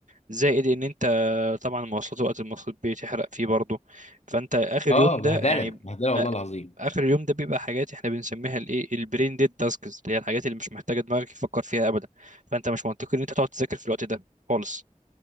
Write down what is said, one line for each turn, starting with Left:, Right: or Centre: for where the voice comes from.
Right: زائد ان انت طبعا المواصلات وقت المواصلات بتحرق فيه برضه فانت اخر اليوم
Left: اه
Right: ده
Left: بهدله
Right: يعني
Left: بهدله والله
Right: أ-
Left: العظيم
Right: اخر اليوم ده بيبقى حاجات احنا بنسميها الايه البرين ديد تاسكس اللي هي الحاجات اللي مش محتاجه دماغك يفكر فيها ابدا فانت مش منطقي ان انت تقعد تذاكر في الوقت ده خالص